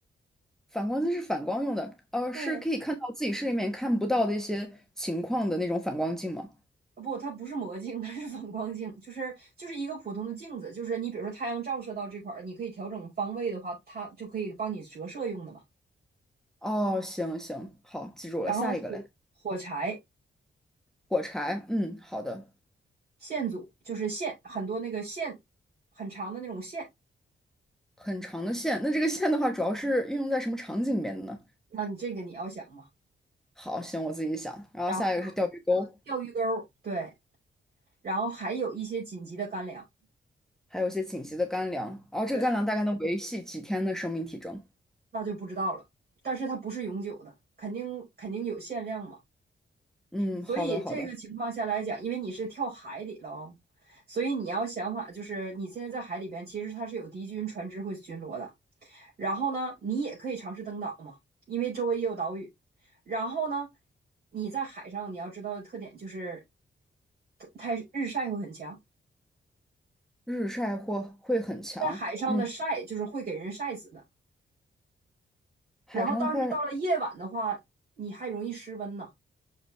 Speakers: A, in the centre; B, on the right (about 55°).
A: <laughs> 反光镜是反光用的，呃，
B: 对，
A: 是可以看到自己视力里面看不到的一些情况的那种反光镜吗？
B: 啊不，它不是魔镜，它是反光镜，就是就是一个普通的镜子，就是你比如说太阳照射到这块儿，你可以调整方位的话，它就可以帮你折射用的嘛。
A: 哦，行行，好，记住了，
B: 然后火火柴
A: 下一个嘞。火柴，嗯，好的，
B: 线组就是线，很多那个线很长的那种线，
A: 很长的线。那这个线的话，主要是运用在什么场景里面的呢？
B: 那你这个你要想嘛。
A: 好，行，我自己想。然后下一个是钓鱼钩，
B: 然后还有钓鱼钩对，然后还有一些紧急的干粮，
A: 还有一些紧急的干粮。然后这个干粮大概能维系几天的生命体征？
B: 对，那就不知道了。但是它不是永久的，肯定肯定有限量嘛。
A: 嗯，
B: 所以这个情况下来讲，
A: 好的，好的。
B: 因为你是跳海里了哦，所以你要想法就是你现在在海里边，其实它是有敌军船只会巡逻的。然后呢，你也可以尝试登岛嘛，因为周围也有岛屿。然后呢，你在海上你要知道的特点就是太日晒会很强，
A: 日晒或会很强，
B: 在海上的晒就是会给人晒死的。
A: 嗯，海上的话，
B: 然后，但是到了夜晚的话，你还容易失温呢。